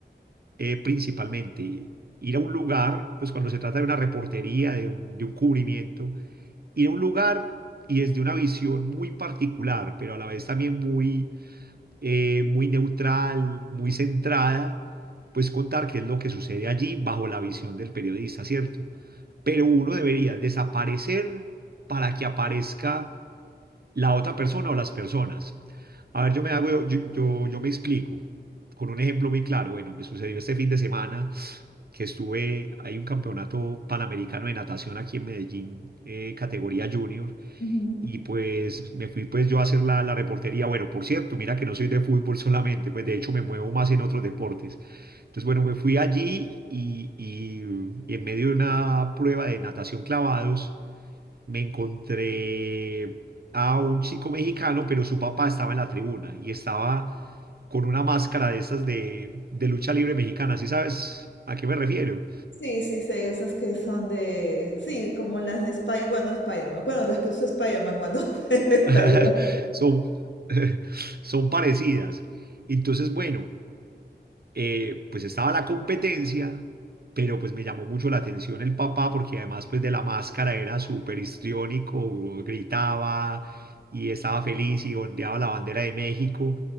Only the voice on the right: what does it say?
eh, principalmente ir a un lugar, pues cuando se trata de una reportería, de un, de un cubrimiento ir a un lugar y desde una visión muy particular, pero a la vez también muy, eh, muy neutral, muy centrada, pues contar qué es lo que sucede allí bajo la visión del periodista, ¿cierto? Pero uno debería desaparecer para que aparezca la otra persona o las personas. A ver, yo me hago, yo, yo, yo me explico con un ejemplo muy claro. Bueno, me sucedió este fin de semana que estuve, hay un campeonato panamericano de natación aquí en Medellín, eh, categoría junior,
y pues me fui pues yo a hacer la, la reportería. Bueno, por cierto, mira que no soy de fútbol <laughs> solamente, pues de hecho me muevo más en otros deportes. Entonces, bueno, me fui allí y, y, y en medio de una prueba de natación clavados me encontré a un chico mexicano, pero su papá estaba en la tribuna y estaba con una máscara de estas de, de lucha libre mexicana. ¿Sí sabes a qué me refiero?
<laughs>
Son, <laughs> son parecidas. Entonces, bueno. eh, pues estaba la competencia, pero pues me llamó mucho la atención el papá porque además pues de la máscara era súper histriónico, gritaba y estaba feliz y ondeaba la bandera de México.